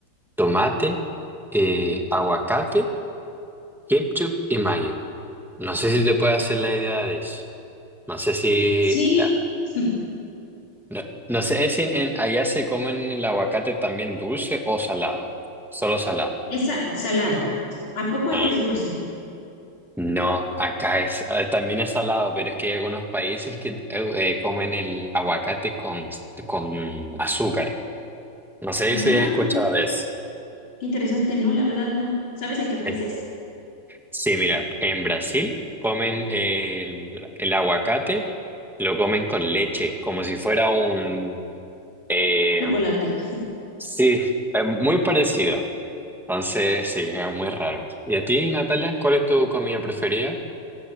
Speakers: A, in the centre; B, on the left.
A: tomate, eh, aguacate. Kipchup y Mayo. No sé si te puedes hacer la idea de eso. No sé si...
B: Sí,
A: ah,
B: <laughs>
A: No, no sé si en- en- allá se comen el aguacate también dulce o salado. Solo salado.
B: es sa- salado. ¿A poco allá
A: Ah,
B: es dulce?
A: no, acá es, ah, también es salado, pero es que hay algunos países que eh, eh, comen el aguacate con, con azúcar. No sé
B: Ay,
A: si has escuchado
B: mira,
A: de eso.
B: qué interesante, no, la verdad no. ¿Sabes en qué países?
A: Eh, Sí, mira, en Brasil comen el, el aguacate, lo comen con leche, como si fuera un, Eh,
B: Chocolate.
A: sí, eh, muy parecido. Entonces, sí, es muy raro. ¿Y a ti, Natalia, cuál es tu comida preferida?